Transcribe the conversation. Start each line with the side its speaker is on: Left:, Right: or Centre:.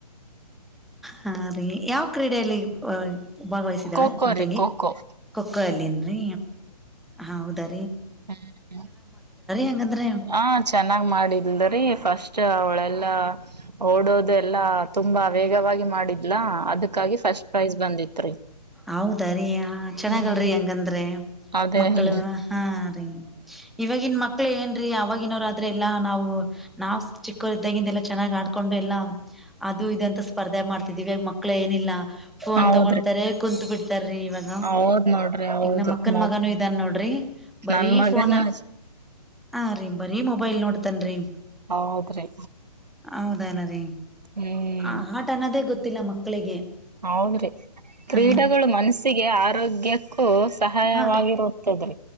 Centre: ಹಾ ರೀ ಯಾವ ಕ್ರೀಡೆಯಲ್ಲಿ ಹ ಭಾಗವಹಿಸಿದ್ದಾಳ
Right: ಖೋಖೋ
Centre: ನಿಮ್
Right: ರೀ
Centre: ತಂಗಿ
Right: ಖೋಖೋ
Centre: ಖೋಖೋ ಅಲ್ಲಿ ಏನ್ರಿ. ಹೌದಾ
Right: ಹ್ಮ್
Centre: ಹಂಗಂದ್ರೆ
Right: ಹ ಚೆನ್ನಾಗ್ ಮಾಡಲ್ದರಿ ಫಸ್ಟ್ ಅವ್ಲೆ. ಎಲ್ಲ ಓಡೋದು ಎಲ್ಲಾ ತುಂಬಾ ವೇಗವಾಗಿ ಮಾಡಿದ್ಲ. ಅದಕ್ಕಾಗಿ ಫಸ್ಟ್ ಪ್ರೈಸ್ ಬಂದಿತ್ತು.
Centre: ಹೌದಾರೀ ಹ ಚೆನ್ನಾಗಲ್ರಿ
Right: ಹ್ಮ್
Centre: ಹಂಗಂದ್ರೆ
Right: ಅದೇ
Centre: ಮಕ್ಕಳ
Right: ಅಲ್ರಿ
Centre: ಹಾ ರೀ ಇವವಾಗಿನ್ ಮಕ್ಳ ಏನ್ ರಿ ಅವವಾಗಿನವ ಆದ್ರ ಎಲ್ಲಾ ನಾವು ನಾವ್ ಚಿಕ್ಕೋರ ಇದ್ದಂಗಂದ ಎಲ್ಲ ಚನ್ನಾಗಿ ಆಡ್ಕೊಂಡು ಎಲ್ಲ ಅದು ಇದಂತ ಸ್ಪರ್ಧೆ ಮಾಡ್ತಿದ್ದಿವೇ ಮಕ್ಕ ಮಕ್ಕಳ ಏನಿಲ್ಲ ಫೋನ್
Right: ಹೌದ್ರಿ
Centre: ತೊಗೊಂಡ ಏ ಕುಂತು ಬಿಟ್ಟಾರ ಇವಾಗ
Right: ಹೌದ್ ನೋಡ್ರಿ ಹೌದು
Centre: ಈಗ ನಮ್ಮ ಮಕ್ಕನ್
Right: ಮಗ್
Centre: ಮಗಾನು ಇದಾನ ನೋಡ್ರಿ ಬರೀ
Right: ನನ್ ಮಗನು
Centre: ಫೋನ್ ಹ
Right: ಅಷ್ಟೆ
Centre: ಹರಿ ಬರೀ ಮೊಬೈಲ್ ನೋಡ ತಂನ್ರೀ <inaudible>
Right: ಹೌದ್ರಿ
Centre: ಹೌದಲ್ಲ ರೀ <inaudible>
Right: ಹ್ಮ್
Centre: ಹ ಹಟ ಅನ್ನದೇ ಗೊತ್ತ ಹತ್ತಿನ ಮಕ್ಕಳಿಗೆ
Right: ಹೌದ್ರಿ ಕ್ರೀಡೆಗಳು
Centre: ಹಾ
Right: ಮನಸ್ಸಿಗೆ ಆರೋಗ್ಯ ಕೂ ಸಹಾಯವಾಗಿರುತ್ತದ್ರ
Centre: ಹಾ ರೀ